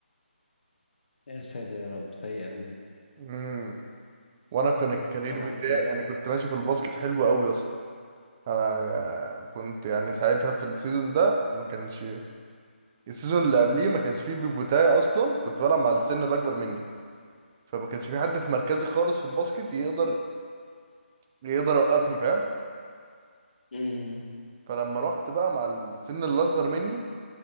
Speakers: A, on the left; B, on the right.
A: يا ساتر يا رب سيء قوي ده
B: امم وانا كان الكارير
A: طب
B: بتاعي
A: عملت ايه
B: انا كنت ماشي في الباسكت حلو قوي يا اسطى انا كنت يعني ساعتها في السيزون ده ما كانش السيزون اللي قبليه ما كانش فيه بيفوتاي اصلا كنت بلعب مع السن الاكبر مني فما كانش في حد في مركزي خالص في الباسكت يقدر يقدر يوقفني فاهم
A: امم
B: فلما رحت بقى مع السن اللي اصغر مني